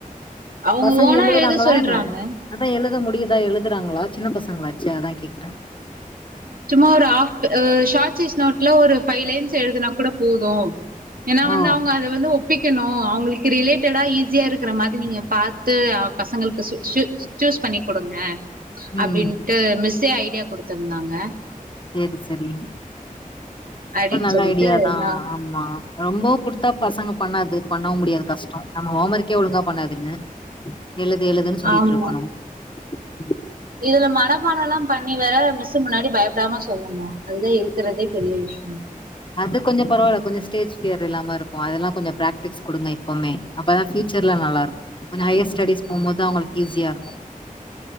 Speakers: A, on the right; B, on the left.
A: அவுங்க
B: பசங்க
A: ஓனா
B: எழுதுறாங்களா
A: எழுத சொல்றாங்க
B: என்ன அதா எழுத முடியுதா எழுதுறாங்களா சின்ன பசங்களாச்சே அதா கேக்கற
A: சும்மா ஒரு ஹாஃப் ஷார்ட் சைஸ் நோட்ல ஒரு ஃபைவ் லைன்ஸ் எழுதுனா கூட போது ஏன்னா வந்து
B: ஓ
A: அவங்க அத வந்து ஒ ஒப்பிக்கணு அவங்களுக்கு ரிலேட்டடா ஈஸியா இருக்கற மாதிரி நீங்க பாத்து பசங்களுக்கு ஷி சூஸ் பண்ணி குடுங்க
B: ம்
A: அப்டின்ட்டு மிஸ்ஸே ஐடியா குடுத்திருந்தாங்க
B: சேரி சரி
A: அப்டின்னு
B: அப்ப நல்ல
A: சொல்லிட்டு
B: ஐடியாதா
A: நா
B: ஆமா ரொம்ப குடுத்தா பசங்க பண்ணாது பண்ணவு முடியாது கஷ்டோ நம்ம ஹோம் ஒர்க்கே ஒழுங்கா பண்ணாதுங்க எழுது எழுதுன்னு சொல்லிட்டு
A: ஆமா
B: இருக்கணு ம்
A: இதுல மனப்பாடலா பண்ணி வேற மிஸ்ஸு முன்னாடி பயப்படாம சொல்லணு அதுதா இருக்கறதே பெரிய விஷ்யோ
B: அது கொஞ்ச பரவால்ல கொஞ்ச ஸ்டேஜ் ஃபியர் இல்லாம இருக்கு அதெல்லா கொஞ்ச பிராக்டிஸ் கொடுங்க எப்பவ்மே அப்பதா ஃபியூச்சர்ல நல்லா இருக்கு கொஞ்ச ஹையர் ஸ்டெடீஸ் போம்போது அவங்களுக்கு ஈஸியா இருக்கு